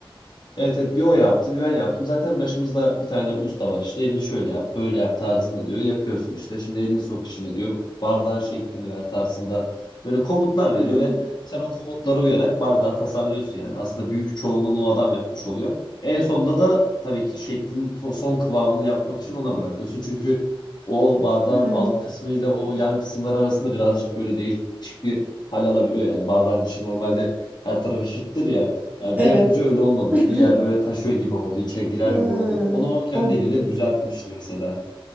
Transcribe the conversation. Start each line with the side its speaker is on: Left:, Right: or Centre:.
Left: Evet evet bir o yaptı bir ben yaptım. Zaten başımızda bir tane usta var işte elini şöyle yap böyle yap tarzında diyor. Yapıyorsun işte şimdi elini sok içine diyor. Bardağın şeklini ver tarzında. Böyle komutlar
Right: Hmm,
Left: veriyor ve sen o komutlara uyarak bardağı tasarlıyorsun yani. Aslında büyük çoğunluğunu o adam yapmış oluyor. En sonunda da tabii ki şeklin to- son kıvamını yapmak için ona bırakıyorsun. Çünkü o bardağın
Right: hmm.
Left: alt kısmıyla o yan kısımlar arasında birazcık böyle değişik bir hal alabiliyor yani. Bardağın içi normalde her taraf eşittir ya. Yani
Right: Evet.
Left: ben yapınca öyle olmadı.
Right: <laughs>
Left: Bir yer böyle taşıyor gibi oldu, içe girer
Right: Ha,
Left: gibi oldu. Onu o kendi
Right: o,
Left: eliyle düzeltmişti mesela.